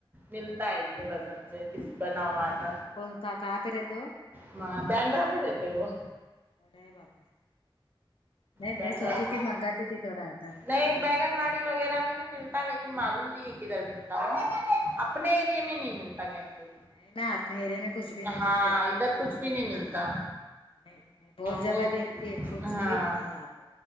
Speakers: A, on the right; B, on the left.
A: ملتا یہ وزن سے اسے بناؤ اج
B: انکا کھا پے رہتی وہ
A: ا بندرا میں رہتے وہ
B: ارے باپ نہیں
A: بینڈرا
B: میں سوچی تھی منگاتی تھی تھوڑا آٹا
A: نہیں بینگن واڑی وغیرہ میں بھی ملتا ہے لیکن معلوم نہی کدھر ملتا ہوں اپنے ایریے میں نہیں ملتا کہیں پہ
B: نہیں نا اپنے ایریے میں کچھ بھی نہیں
A: ہاں
B: ملتا ہے،
A: ادھر کچھ بھی نہیں ملتا
B: نہیں بہت جگہ
A: وہ
B: دیکھتی ہے کچھ
A: ہاں
B: بھی نہیں ہے یہاں پہ